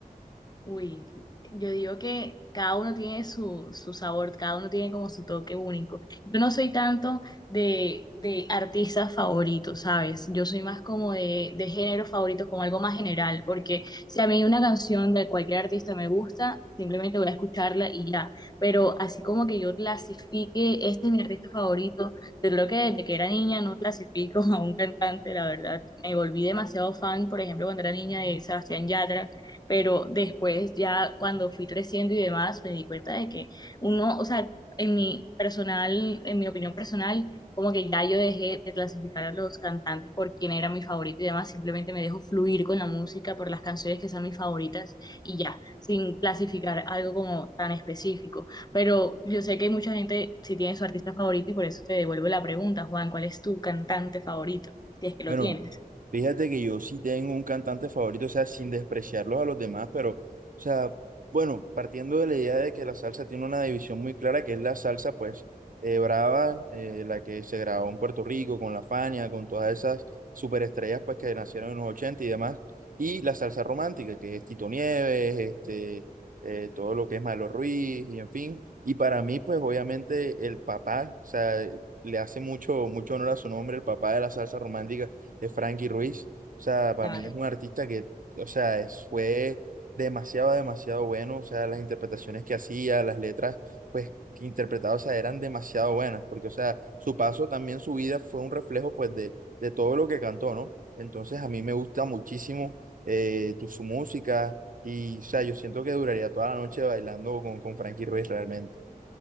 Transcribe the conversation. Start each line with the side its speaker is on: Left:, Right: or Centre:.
Left: Uy, yo digo que cada uno tiene su, su sabor, cada uno tiene como su toque único. Yo no soy tanto de, de artistas favoritos, ¿sabes? Yo soy más como de, de género favorito, como algo más general, porque si a mí una canción de cualquier artista me gusta, simplemente voy a escucharla y ya. Pero así como que yo clasifique, este es mi artista favorito, yo creo que desde que era niña no clasifico <laughs> a un cantante, la verdad. Me volví demasiado fan, por ejemplo, cuando era niña de Sebastián Yatra pero después ya cuando fui creciendo y demás, me di cuenta de que uno, o sea, en mi personal, en mi opinión personal, como que ya yo dejé de clasificar a los cantantes por quién era mi favorito y demás, simplemente me dejo fluir con la música por las canciones que sean mis favoritas y ya, sin clasificar algo como tan específico. Pero yo sé que hay mucha gente si tiene su artista favorito y por eso te devuelvo la pregunta, Juan, ¿cuál es tu cantante favorito? Si es que lo
Right: Bueno,
Left: tienes.
Right: fíjate que yo sí tengo un cantante favorito, o sea, sin despreciarlos a los demás, pero, o sea, bueno, partiendo de la idea de que la salsa tiene una división muy clara, que es la salsa, pues, eh, brava, eh, la que se grabó en Puerto Rico, con La Fania, con todas esas superestrellas, pues, que nacieron en los 80 y demás, y la salsa romántica, que es Tito Nieves, este, eh, todo lo que es Maelo Ruiz, y en fin, y para mí, pues, obviamente, el papá, o sea, le hace mucho, mucho honor a su nombre, el papá de la salsa romántica de Frankie Ruiz. O sea, para
Left: Claro.
Right: mí es un artista que, o sea, es- fue demasiado, demasiado bueno. O sea, las interpretaciones que hacía, las letras, pues, que interpretaba, o sea, eran demasiado buenas. Porque, o sea, su paso también, su vida fue un reflejo, pues, de, de todo lo que cantó, ¿no? Entonces, a mí me gusta muchísimo eh, tu, su música. Y, o sea, yo siento que duraría toda la noche bailando con, con Frankie Ruiz realmente.